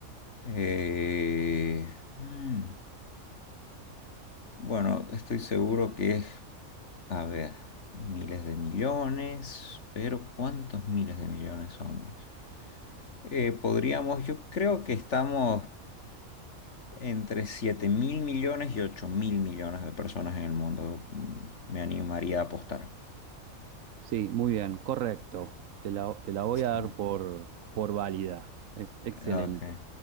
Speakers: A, on the left; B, on the right.
A: Eh, mm, bueno, estoy seguro que es, a ver, miles de millones, pero ¿cuántos miles de millones somos? Eh, podríamos, yo creo que estamos entre siete mil millones y ocho mil millones de personas en el mundo. Mm, Me animaría a apostar.
B: Sí, muy bien, correcto. Te la, te la voy
A: Sí,
B: a dar por, por válida. Es excelente.
A: Ok,